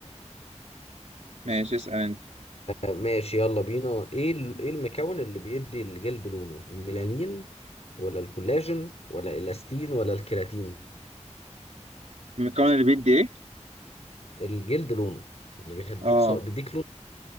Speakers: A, on the right; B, on the left.
A: ماشي اسأل أنت
B: ماشي يلا بينا ايه ال- ايه المكون اللي بيدي الجلد لونه الميلانين ولا الكولاجين ولا الاستين ولا الكيراتين
A: المكون اللي بيدي إيه؟
B: الجلد لونه يعني بيخليك
A: آه
B: ص... بيديك لون